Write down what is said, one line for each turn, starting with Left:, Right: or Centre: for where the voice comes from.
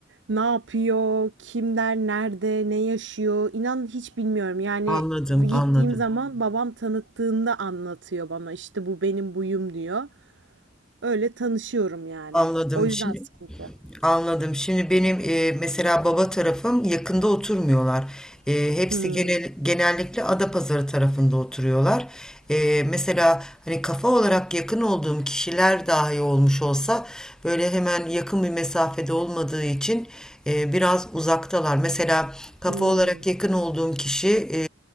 Right: ne yapıyor, kimler nerede, ne yaşıyor? İnan hiç bilmiyorum. Yani
Centre: Anladım,
Right: gittiğim
Centre: anladım.
Right: zaman babam tanıttığında anlatıyor bana. İşte bu benim buyum diyor. Öyle tanışıyorum yani.
Centre: Anladım.
Right: O yüzden
Centre: Şimdi
Right: sıkıntı.
Centre: Anladım. Şimdi benim e, mesela baba tarafım yakında oturmuyorlar. E, hepsi
Right: Hmm.
Centre: genel, genellikle Adapazarı tarafında oturuyorlar. E, mesela hani kafa olarak yakın olduğum kişiler dahi olmuş olsa böyle hemen yakın bir mesafede olmadığı için e, biraz uzaktalar. Mesela kafa
Right: Hmm.
Centre: olarak yakın olduğum kişi e,